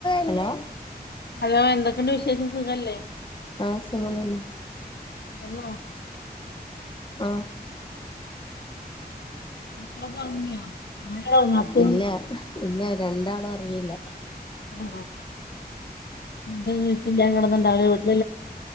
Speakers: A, on the left; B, on the left.
A: ല്ലോ
B: ഹലോ എന്തൊക്കെയുണ്ട് വിശേഷം സുഖല്ലേ
A: ആ സുഖമല്ലെ
B: നടന്നോ
A: ആ
B: മക്കളൊക്കെ പററങ്ങിയാ ഞാനടപ്പും
A: ഇല്ല ഇല്ല രണ്ടാളും ഒറങ്ങിയില്ല
B: ആ ഉണ്ട് വീട്ട ഞാൻ കിടന്നുണ്ടാവ വി